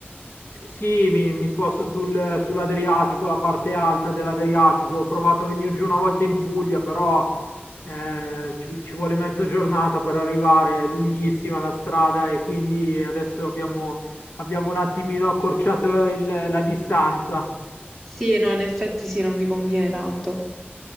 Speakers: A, on the left; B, in the centre.
A: Sì, mi, mi sposto sul- sull'Adriatico, la parte alta dell'Adriatico. Ho provato a venire giù una volta in Puglia, però eh, ci, ci vuole mezza giornata per arrivare, è lunghissima la strada e quindi adesso abbiamo, abbiamo un attimino accorciato il- la distanza.
B: Sì, no, in effetti sì, non vi conviene tanto.